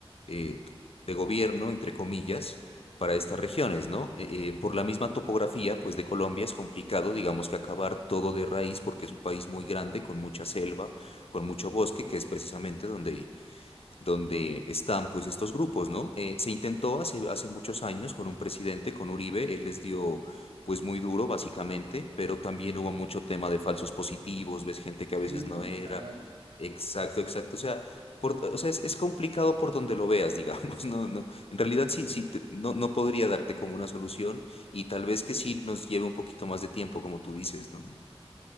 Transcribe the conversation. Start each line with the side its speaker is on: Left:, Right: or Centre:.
Left: eh, de gobierno, entre comillas para estas regiones, ¿no? Eh, eh, por la misma topografía, pues de Colombia es complicado, digamos que acabar todo de raíz porque es un país muy grande, con mucha selva, con mucho bosque, que es precisamente donde donde están pues estos grupos, ¿no? Eh, se intentó hace, hace muchos años con un presidente, con Uribe, él les dio pues muy duro básicamente, pero también hubo mucho tema de falsos positivos, ves gente que
Right: Sí
Left: a veces
Right: me
Left: no
Right: contaron.
Left: era, exacto, exacto, o sea, por- o sea es, es complicado por donde lo veas, digamos, <laughs> no, no, en realidad sí, sí, te- no, no podría darte como una solución y tal vez que sí nos lleve un poquito más de tiempo, como tú dices, ¿no?